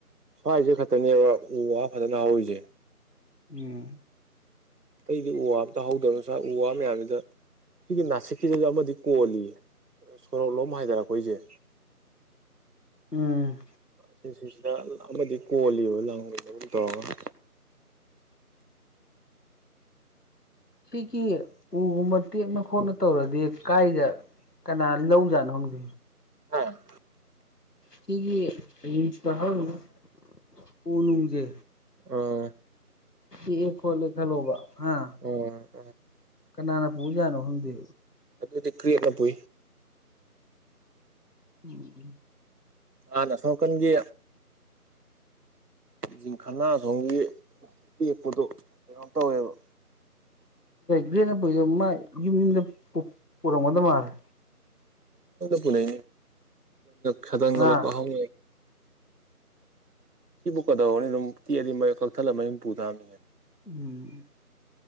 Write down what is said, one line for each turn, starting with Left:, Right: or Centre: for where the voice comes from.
Right: ꯁ꯭ꯋꯥꯏꯁꯦ ꯈꯛꯇꯅꯦꯕ ꯎ ꯋꯥ ꯐꯖꯅ ꯍꯧꯔꯤꯁꯦ
Left: ꯎꯝ
Right: ꯑꯇꯩꯗꯤ ꯎ ꯋꯥ ꯑꯝꯇꯍꯧꯗꯕꯅꯁꯥꯏ ꯎ ꯋꯥ ꯃꯌꯥꯝꯁꯤꯗ ꯁꯤꯒꯤ ꯅꯥꯁꯤꯛꯁꯤꯗꯩꯗ ꯑꯃꯗꯤ ꯀꯣꯜꯂꯤꯌꯦ ꯁꯣꯔꯂꯣꯝ ꯍꯥꯏꯗꯔꯛ ꯄꯩꯁꯦ
Left: ꯎꯝ
Right: ꯁꯤꯁꯤꯁꯤꯗ ꯑꯃꯗꯤ ꯀꯣꯜꯂꯤꯕ ꯂꯪꯕ ꯃꯔꯨꯝ ꯇꯧꯔꯒ
Left: ꯁꯤꯒꯤ ꯎꯒꯨꯝꯕ ꯇꯦꯛꯅ ꯈꯣꯠꯅ ꯇꯧꯔꯗꯤ ꯀꯥꯏꯗ ꯀꯅꯥ ꯂꯧꯖꯥꯠꯅꯣ ꯍꯪꯗꯦ
Right: ꯑ
Left: ꯁꯤꯒꯤ ꯏꯁ ꯍ ꯑꯣꯅꯨꯁꯦ
Right: ꯑ
Left: ꯑꯦ ꯍꯣꯂ ꯈꯂꯣꯕ ꯍꯥ
Right: ꯑꯣꯝ
Left: ꯀꯅꯥꯅ ꯄꯨꯖꯥꯠꯅꯣ ꯈꯪꯗꯦ
Right: ꯑꯗꯨꯗꯤ ꯀ꯭ꯔꯤꯌꯦꯠꯅꯕꯨ
Left: ꯎꯝ
Right: ꯑꯅ ꯑꯁꯣꯝꯅꯀꯥꯟꯒꯤ ꯍꯤꯡꯈꯅꯥꯁꯣꯝꯒꯤ ꯇꯦꯛꯄꯗꯣ ꯀꯩꯅꯣ ꯇꯧꯋꯦꯕ
Left: ꯚꯦꯟꯅ ꯄꯨꯏꯁꯦ ꯃꯥ ꯌꯨꯝ ꯌꯨꯝꯗ ꯄꯨꯔꯝꯒꯗꯕ ꯃꯥꯜꯂꯦ
Right: ꯄꯨꯅꯦ ꯁꯗꯟꯒ
Left: ꯑꯥ
Right: ꯂꯧꯊꯣꯛꯍꯧ ꯁꯤꯕꯨ ꯀꯗꯧꯔꯅꯤ ꯑꯗꯨꯝ ꯇꯤꯗꯤ ꯀꯛꯊꯠꯂꯝꯃ ꯌꯨꯝ ꯄꯨꯊꯑꯝꯃꯤꯅꯦ
Left: ꯎꯝ